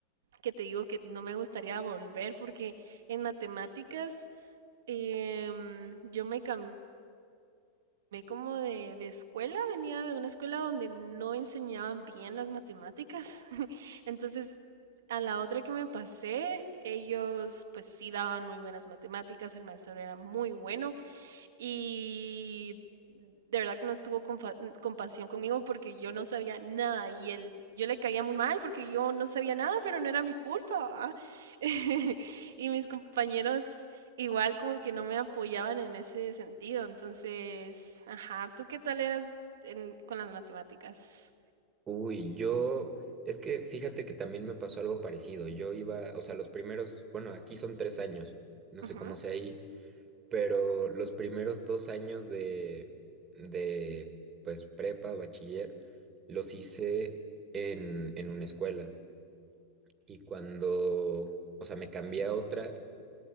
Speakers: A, on the right (about 60°); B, on the right (about 25°).
A: que te digo que no me gustaría volver porque en matemáticas em, yo me cambié Ve como de, de escuela, venía de una escuela donde no enseñaban bien las matemáticas. <laughs> Entonces, a la otra que me pasé, ellos pues sí daban muy buenas matemáticas, el maestro era muy bueno y de verdad que no tuvo compa- compasión conmigo porque yo no sabía nada y él, yo le caía muy mal porque yo no sabía nada, pero no era mi culpa, ¿va? <laughs> Y mis compañeros igual como que no me apoyaban en ese sentido. Entonces, ajá, ¿tú qué tal eras en- con las matemáticas?
B: Uy, yo, es que fíjate que también me pasó algo parecido. Yo iba, o sea, los primeros, bueno, aquí son tres años, no
A: Ujú,
B: sé cómo
A: ujú.
B: sea ahí. pero los primeros dos años de, de pues prepa, bachiller, los hice en, en una escuela. Y cuando, o sea, me cambié a otra,